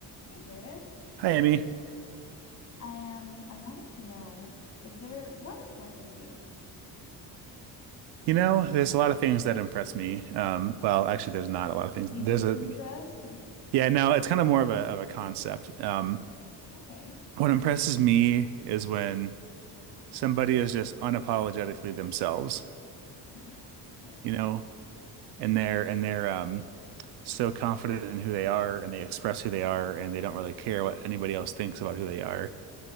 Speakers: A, on the left; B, on the right.
A: Hey Jared,
B: Hi, Emmy.
A: I am. I wanted to know, is there what impresses you?
B: You know, there's a lot of things that impress me. Um, well, actually, there's not a lot of things.
A: Easy
B: There's
A: to
B: a,
A: impress? <laughs>
B: yeah, no, it's kind of more of a of a concept. Um,
A: Okay.
B: what impresses me is when somebody is just unapologetically themselves,
A: Oh yeah, love
B: you
A: that.
B: know, and they're and they're um so confident in who they are and they express who they are and they don't really care what anybody else thinks about who they are